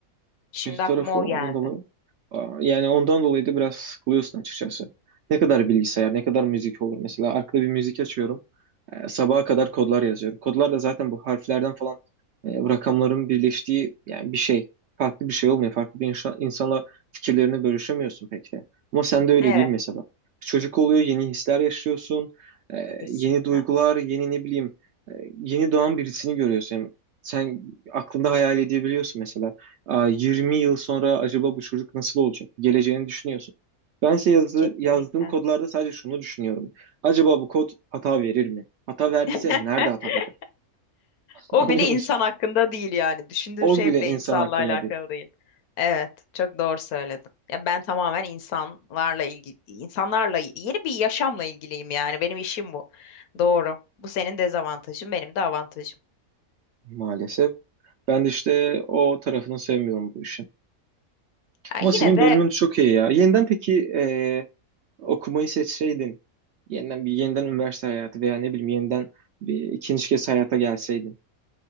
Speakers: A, on the left (about 80°); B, on the right (about 65°).
A: Şimdi
B: Kötü tarafı
A: aklıma o
B: o, ondan
A: geldi.
B: dolayı. Aa, Yani ondan dolayı da biraz sıkılıyorsun açıkçası. Ne kadar bilgisayar, ne kadar müzik olur. Mesela arkada bir müzik açıyorum. Ee, sabaha kadar kodlar yazıyorum. Kodlar da zaten bu harflerden falan e, rakamların birleştiği yani bir şey. Farklı bir şey olmuyor. Farklı bir inşa- insanla fikirlerini bölüşemiyorsun pek de. Ama sende öyle
A: Evet,
B: değil mesela. Çocuk oluyor, yeni hisler yaşıyorsun. Ee,
A: kesinlikle.
B: yeni duygular, yeni ne bileyim, e, yeni doğan birisini görüyorsun. Sen aklında hayal edebiliyorsun mesela. Aa, 20 yıl sonra acaba bu çocuk nasıl olacak? Geleceğini düşünüyorsun. Bense yazı,
A: Kesinlikle.
B: yazdığım kodlarda sadece şunu düşünüyorum. Acaba bu kod hata verir mi? Hata verdiyse
A: <laughs>
B: nerede hata verir? <laughs>
A: O
B: Anlıyor
A: bile insan
B: musun?
A: hakkında değil yani. Düşündüğün
B: O
A: şey
B: bile
A: bile
B: insan
A: insanla
B: hakkında
A: alakalı
B: değil
A: değil. Evet, çok doğru söyledim. Ya ben tamamen insanlarla ilgili, insanlarla yeni bir yaşamla ilgiliyim yani. Benim işim bu. Doğru. Bu senin dezavantajın, benim de avantajım.
B: maalesef. Ben de işte o tarafını sevmiyorum bu işin.
A: Ya
B: Ama
A: yine
B: senin
A: de
B: bölümün çok iyi ya. Yeniden peki e, okumayı seçseydin, yeniden bir yeniden üniversite hayatı veya ne bileyim yeniden bir ikinci kez hayata gelseydin,